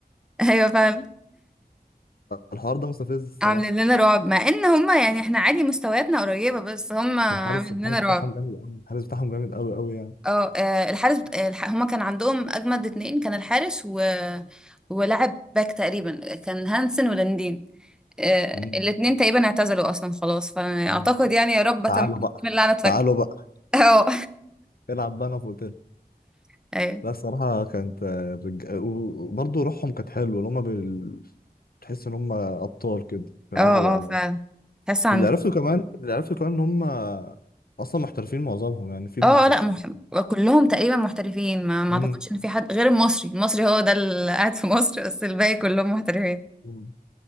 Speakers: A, in the centre; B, on the left.
A: <laughs> ايوه فعلا
B: الحوار ده مستفز الصراحة
A: عاملين لنا رعب مع ان هما يعني احنا عادي مستوياتنا قريبة بس هما
B: بس
A: عاملين
B: الحارس الحارس
A: لنا رعب
B: بتاعهم جامد أوي الحارس بتاعهم جامد أوي أوي يعني
A: اه آه، الحارس بت- آه، الح... هما كان عندهم اجمد اتنين كان الحارس و... ولاعب باك تقريبا كان هانسن ولاندين آه،
B: مم.
A: الاتنين تقريبا اعتزلوا اصلا خلاص فاعتقد
B: مم.
A: يعني يا رب اتمنى
B: تعالوا بقى
A: إن اللعنة تفك
B: تعالوا بقى
A: اه
B: العب بقى أنا في أوتيل
A: <laughs> ايوه
B: لا الصراحة كانت آه، رج... وبرضه روحهم كانت حلوة اللي هما بال... تحس إن هما أبطال كده بيلعبوا
A: اه
B: على
A: اه فعلا تحس عندهم
B: واللي عرفته كمان اللي عرفته كمان ان هم اصلا محترفين معظمهم يعني في اللي
A: اه
B: في برشلونه
A: لا مح... كلهم تقريبا محترفين ما ما
B: مم.
A: اعتقدش ان في حد غير المصري المصري هو ده اللي قاعد في مصر بس الباقي كلهم محترفين
B: مم.